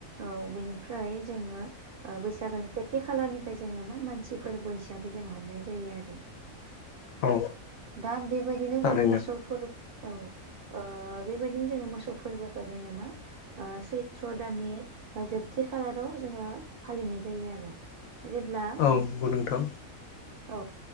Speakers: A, on the right; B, on the left.
A: औ बेनिफ्राय जोङो ओ बैसागोनिफ्राय खाथि खालानिफ्राय जोङो मा मानसि फोरबो हिसाबै जोङो हमनाय जायो आरो
B: औ
A: दा बेबायदिनो
B: थारैनो
A: जोङो मोसौफोर औ ओ बेबायदिनो जोङो मोसौ फोरबोखो जोङो मा ओ सैत्र' ओ दाननि जोब थि खालाराव जोङो फालिनाय जायो आरो जेब्ला
B: औ नंगौ नोंथां
A: औ